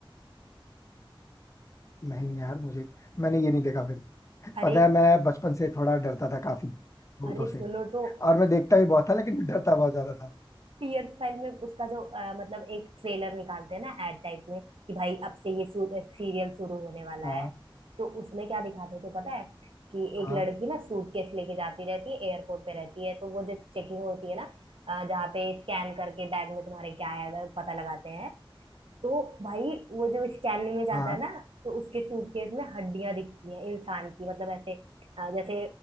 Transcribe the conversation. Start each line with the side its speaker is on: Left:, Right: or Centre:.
Left: नहीं यार मुझे मैंने ये नहीं देखा फिर
Right: अरे
Left: पता है मैं बचपन से थोड़ा डरता था काफी भूतों
Right: अरे
Left: से
Right: सुनो तो
Left: और मैं देखता भी बहुत था लेकिन मैं डरता बहुत ज्यादा था
Right: पियर फाइल में उसका जो अ, मतलब एक ट्रेलर निकालते हैं ना एड टाइप में कि भाई अब से ये सीरियल शुरू होने वाला
Left: हाँ
Right: है तो उसमें क्या दिखाते थे पता है कि
Left: हाँ
Right: एक लड़की ना सूटकेस लेके जाती रहती है एयरपोर्ट पे रहती है तो वो जो चेकिंग होती है ना अ, जहाँ पे स्कैन करके बैग में तुम्हारे क्या है अगर पता लगाते हैं तो भाई वो जो स्कैनिंग में जाता
Left: हाँ
Right: है ना तो उसके सूटकेस में हड्डियां दिखती हैं इंसान की मतलब ऐसे अ, जैसे